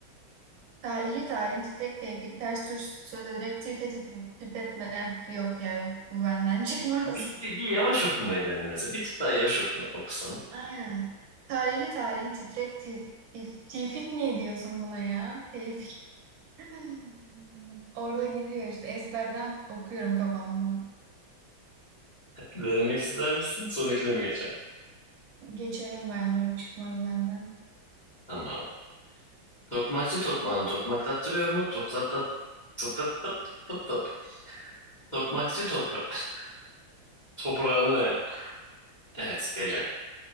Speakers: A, on the right (about 80°); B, on the left (about 30°).
A: Tarihi tarihin titrek tevfik ters tür söz ederek tirt et- tirt etme. Eh, yok ya yok bu benden <laughs> çıkmaz.
B: Bir, bir, bir yavaş okumayı dene mesela. Bir tık daha yavaş okuma, okusan.
A: Aynen. Tarihli tarihin titrek tif, tif- tifik niye diyorsun buna ya? Tevfik. <laughs> Orada gidiyor işte ezberden okuyorum kafamdan.
B: Denemek ister misin? Sonrakine mi geçelim?
A: Geçelim bence bu çıkmaz benden.
B: Tamam. Tokmakçı tokmağını tokmaklattırıyor mu? Tokzat tıp tıp tıp tıp tıp. Tokmakçı topra... <laughs> Toprağını ne ya? Evet geliyor.